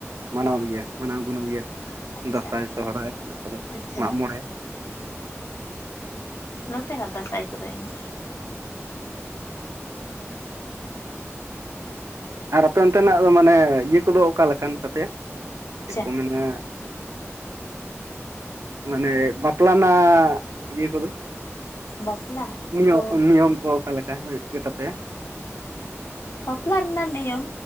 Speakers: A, on the right; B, on the left.
A: ᱢᱟᱱᱟᱣ ᱜᱮᱭᱟ ᱢᱟᱱᱟᱣ ᱜᱩᱱᱟᱹᱣ ᱜᱮᱭᱟ ᱠᱚ
B: ᱟᱪᱪᱷᱟ
A: ᱫᱟᱸᱥᱟᱭ, ᱥᱚᱦᱨᱟᱭ, ᱚᱱᱟ ᱠᱚᱫᱚ
B: ᱟᱪᱪᱷᱟ
A: ᱢᱟᱜ ᱢᱚᱬᱮ
B: ᱱᱚᱛᱮ ᱦᱚᱸ ᱫᱟᱸᱥᱟᱭ ᱠᱚᱫᱚ ᱮᱱᱮᱡ ᱜᱮ᱾
A: ᱟᱨ ᱟᱯᱮ ᱚᱱᱛᱮᱱᱟᱜ ᱫᱚ ᱢᱟᱱᱮ ᱤᱭᱟᱹ ᱠᱚᱫᱚ ᱚᱠᱟ ᱞᱮᱠᱟᱱ ᱛᱟᱯᱮᱭᱟ ᱪᱮᱜ
B: ᱟᱪᱪᱷᱟ
A: ᱠᱚ ᱢᱮᱱᱟ᱾ ᱢᱟᱱᱮ ᱵᱟᱯᱞᱟ ᱱᱟᱜ ᱤᱭᱟᱹ ᱠᱚᱫᱚ
B: ᱵᱟᱯᱞᱟ
A: ᱱᱤᱭᱚᱜ
B: ᱛᱚ
A: ᱱᱤᱭᱚᱢ ᱠᱚ ᱚᱠᱟᱞᱮᱠᱟ ᱦᱳᱭᱳᱜ ᱜᱮ ᱛᱟᱯᱮ
B: ᱵᱟᱯᱞᱟ ᱨᱮᱱᱟᱜ ᱱᱤᱭᱚᱢ